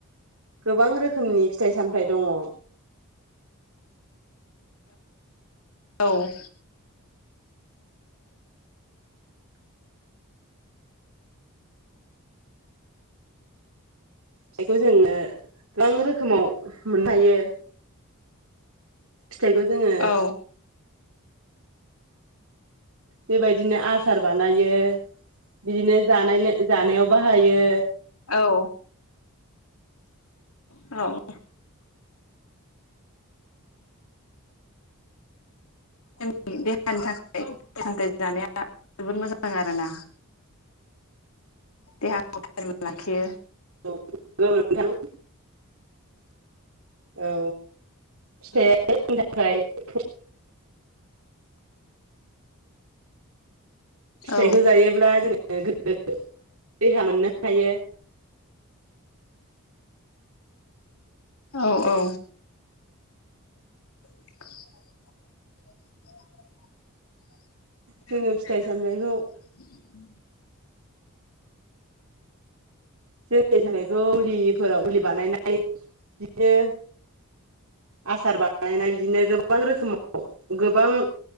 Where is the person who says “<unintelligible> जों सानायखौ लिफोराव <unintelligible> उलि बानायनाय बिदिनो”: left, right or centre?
Right